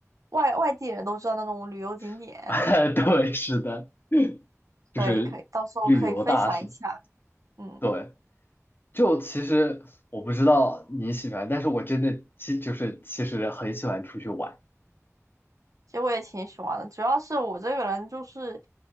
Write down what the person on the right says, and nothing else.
外外地人都知道那种旅游景点，
可以可以，到时候可以分享一下。嗯，
其实我也挺喜欢的，主要是我这个人就是，